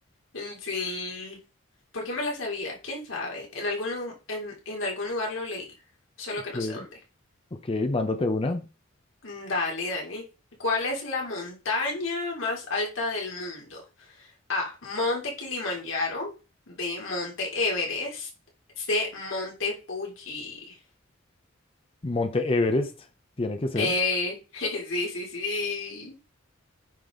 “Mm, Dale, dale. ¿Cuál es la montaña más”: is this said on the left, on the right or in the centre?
Left